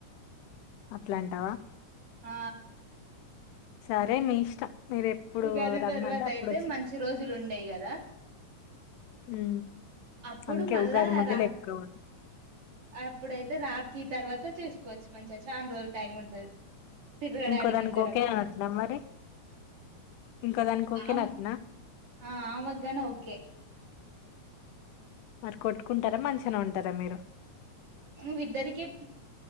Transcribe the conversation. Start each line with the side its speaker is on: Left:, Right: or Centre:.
Left: అట్లాంటావా
Right: ఆ
Left: సరే నీ ఇష్టం మీరు ఎప్పుడు
Right: ఉగాది
Left: రమ్మంటే
Right: తర్వాత
Left: అప్పుడు
Right: అయితే మంచి రోజులు ఉండయి కదా
Left: ఉ
Right: అప్పుడు
Left: అందుకే
Right: మళ్ళా
Left: ఉగాది మధ్యల
Right: రా
Left: ఏతుకపోత
Right: అప్పుడైతే రాకి తర్వాత చేసుకోవచ్చు మంచిగా చానా రోజులు టైం ఉంటది తిరగడానికి
Left: ఇంకో దానికి
Right: ఇద్దరం
Left: ఒకే నట్నా మరి ఇంకో దానికి ఒకే
Right: ఆమ్
Left: నట్నా
Right: ఆ ఆమెకు గాని ఓకే
Left: మరి కొట్టుకుంటారా మంచిగానే ఉంటారా మీరు
Right: నువ్ ఇద్దరికి